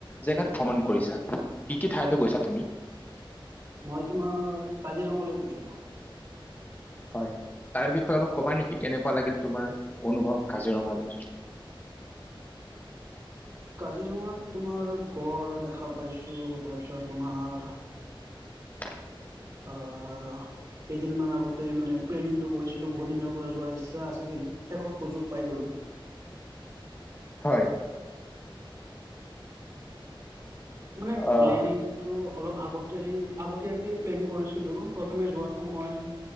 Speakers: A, on the left; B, on the right.
A: জেগাত ভ্ৰমণ কৰিছা, কি কি ঠাইলৈ গৈছা তুমি?
B: মই তোমাৰ কাজিৰঙালৈ গৈছিলোঁ।
A: হয়, তাৰ বিষয়ে অলপ ক'বা নেকি কেনেকুৱা লাগিল তোমাৰ অনুভৱ কাজিৰঙালৈ?
B: কাজিৰঙাত তোমাৰ গড় দেখা পাইছোঁ, তাৰপিছত তোমাৰ
A: অ
B: অ' কেইদিনমান আগতে মানে প্লেনিংটো কৰিছিলোঁ, বহুতদিনৰ পৰা যোৱাৰ ইচ্ছা আছিল, শেষত সুযোগ পাই গ'লোঁ।
A: হয়।
B: মানে
A: আহ
B: প্লেনিং তো অলপ আগতেই-আগতীয়াকেই প্লেন কৰিছিলোঁ, প্ৰথমে যোৱাৰ সময়